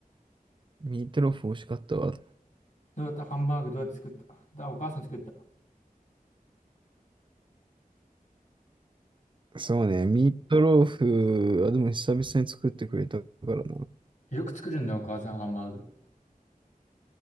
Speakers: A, on the right (about 35°); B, on the left (about 55°).
A: ミートローフ美味しかったわ。
B: どうやってハンバーグどうやって作っただ、お母さん作った。
A: そうね。ミートローフ、あ、でも久々に作ってくれたからな。い
B: よく作るんだ、お母さんハンバーグ。